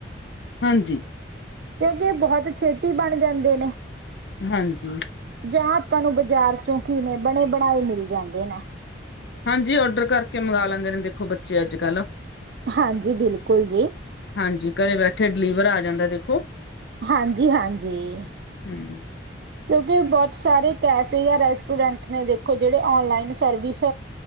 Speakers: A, on the left (about 65°); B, on the right (about 55°).
A: ਹਾਂਜੀ।
B: ਕਿਉਂਕਿ ਐ ਬਹੁਤ ਛੇਤੀ ਬਣ ਜਾਂਦੇ ਨੇ।
A: ਹਾਂਜੀ।
B: ਜਾਂ ਆਪਾਂ ਨੂੰ ਬਾਜ਼ਾਰ ਚੋਂ ਕੀ ਨੇ ਬਣੇ ਬਣਾਏ ਮਿਲ ਜਾਂਦੇ ਨੇ
A: ਹਾਂਜੀ ਔਡਰ ਕਰਕੇ ਮੰਗਵਾ ਲੈਂਦੇ ਨੇ ਦੇਖੋ ਬੱਚੇ ਅੱਜ-ਕੱਲ।
B: ਹਾਂਜੀ ਬਿਲਕੁਲ ਜੀ।
A: ਹਾਂਜੀ ਘਰੇ ਬੈਠੇ ਡਿਲੀਵਰ ਆ ਜਾਂਦਾ ਦੇਖੋ।
B: ਹਾਂਜੀ-ਹਾਂਜੀ।
A: ਹੂੰ!
B: ਕਿਉਂਕਿ ਬਹੁਤ ਸਾਰੇ ਕੈਫੇ ਜਾਂ ਰੈਸਟੋਰੈਂਟ ਨੇ ਦੇਖੋ ਜੇੜੇ ਔਨਲਾਈਨ ਸਰਵਿਸ